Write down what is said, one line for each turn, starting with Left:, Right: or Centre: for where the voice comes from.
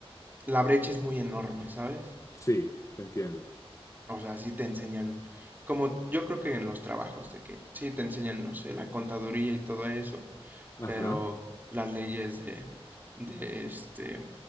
Right: La brecha es muy enorme, ¿sabes?
Left: Sí, te entiendo.
Right: O sea, sí te enseñan, como yo creo que en los trabajos, de que sí te enseñan, no sé, la contaduría y todo eso
Left: Ajá.
Right: pero las leyes de, de este,